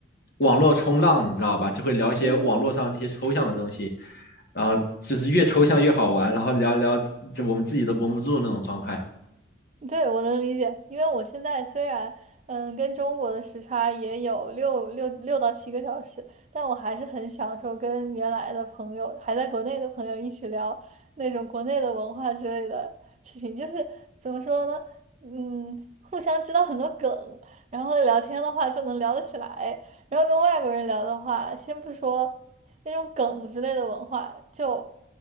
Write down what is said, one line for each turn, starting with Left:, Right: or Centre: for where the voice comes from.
Left: 网络冲浪，你知道吧？就会聊一些网络上那些抽象的东西，
Right: 嗯哼。
Left: 然后就是越抽象越好玩，然后聊聊这我们自己都绷不住那种状态。
Right: 对，我能理解，因为我现在虽然嗯跟中国的时差也有六六六到七个小时，但我还是很享受跟原来的朋友，还在国内的朋友一起聊那种国内的文化之类的事情，就是怎么说呢，嗯，互相知道很多梗，然后聊天的话就能聊得起来，然后跟外国人聊的话，先不说那种梗之类的文化，就